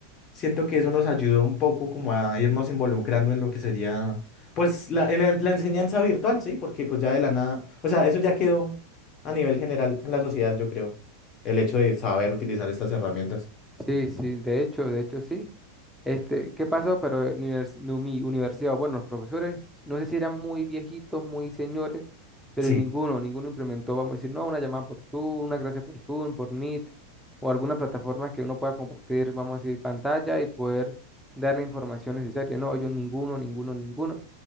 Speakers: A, on the left; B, in the centre.
A: siento que eso nos ayudó un poco como a irnos involucrando en lo que sería, pues, la, la- la enseñanza virtual, ¿sí? Porque pues ya de la nada, o sea, eso ya quedó a nivel general en la sociedad, yo creo, el hecho de saber utilizar estas herramientas.
B: Sí, sí, de hecho, de hecho sí. Este, ¿qué pasó? Pero en mi, univers- no, mi universidad, bueno, los profesores, no sé si eran muy viejitos, muy señores, pero
A: Sí,
B: ninguno, ninguno implementó, vamos a decir, no, una llamada por Zoom, una clase por Zoom, por Meet, o alguna plataforma que uno pueda compartir, vamos a decir, pantalla y poder dar la información necesaria. No, yo ninguno, ninguno, ninguno.